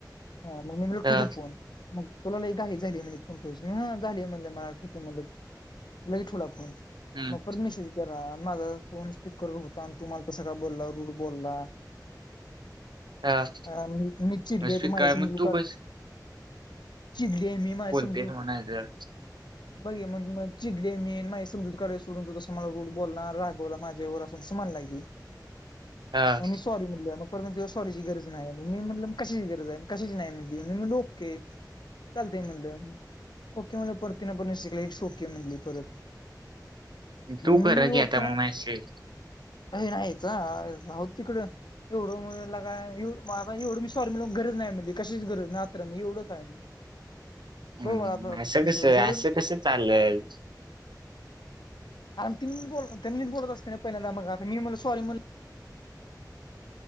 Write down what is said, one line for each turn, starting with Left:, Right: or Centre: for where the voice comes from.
Left: हा म मी म्हटल
Right: हा
Left: ठेऊतू फोन. मग तुला लई घाई झाली आहे म्हणे. फोन ठेवायची मी ह झाली म्हणल म ठोतो म्हणल, लगे ठोला फोन.
Right: हं,
Left: मग परत मेसेज जरा माझा फोन स्पीकरवर होता आणि तुम्हाला तसं काय बोल्ला रूड बोल्ला.
Right: हां.
Left: अ मी मीच चिडली,
Right: मग स्वीकार
Left: त माही समजू
Right: मग तू
Left: काड.
Right: कस
Left: चिडलीय मी, माजी समजू
Right: तेच म्हणायचं.
Left: बग ये मग मग चिडले मी मा समजूत कडे सोडून तो तसं मला रूड बोलनार, रागवला माझ्यावर, अस समान लागली.
Right: हां,
Left: ममिस सॉरी म्हणली मग परत म्हणतं सॉरीची गरज नाही, मग मी म्हणल म कशाची गरज आहे कशाची नाही म्हणली, मी म्हणल ओके. चालते म्हणलं. ओके म्हणलं परतीने पर शिकला इट्स ओके म्हणली परत. मग
Right: तू
Left: मी
Right: करा घेता
Left: ओके
Right: मायशी.
Left: अय नाहीच. राहूदे तिकडं एवढं म्ह लगा ये म एवढ मी सॉरी मला गरज नाही म्हणली कशाचीच गरज नाही आत्र मग एवढंच काय मग.
Right: हम्.
Left: बरोबर आता
Right: असं कसं
Left: गरज
Right: असं कसं चालल.
Left: आ ती बोल त्यांनीच बोलत असते पहिलंदा, मग अता मी म्हणल सॉरी म्ह